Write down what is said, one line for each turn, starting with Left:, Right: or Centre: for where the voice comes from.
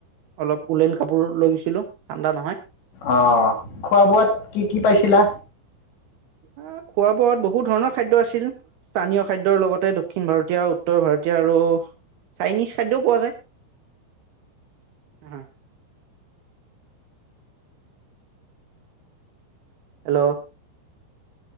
Right: অলপ উলেন কাপোৰ লৈ গৈছিলো। ঠাণ্ডা নহয়।
Left: অ', খোৱা-বোৱাত
Right: উম।
Left: কি কি পাইছিলা?
Right: আ' খোৱা-বোৱাত বহুত ধৰণৰ খাদ্য আছিল। স্থানীয় খাদ্যৰ লগতে, দক্ষিণ ভাৰতীয়, উত্তৰ ভাৰতীয় আৰু- চাইনিজ খাদ্যও পোৱা যায়, অ'। হেল্ল'।